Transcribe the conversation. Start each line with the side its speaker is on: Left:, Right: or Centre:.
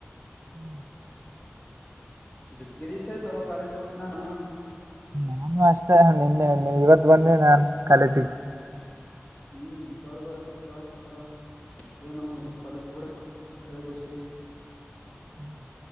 Right: ಹ್ಮ್
Left: ಜ ಗಿರಿ ಸಹ ತ ಕಾಾಲಜ ಬುಟ್ ನಾನ
Right: ನಾನು ಅಷ್ಟೇ ನಿನ್ನೆ ಇವತ್ ಬನ್ನಿ ನಾು ಕಲಟಿ
Left: ಹ್ಮ್ ಸರ್ಗಳೆಲ್ಲ ಕೇಳಕ್ತಾರ ಏನು ಇದ ಕಾಲೇಜ ಬಿಡು ಅಂತ ದಸ್ಯ
Right: ಹ್ಮ್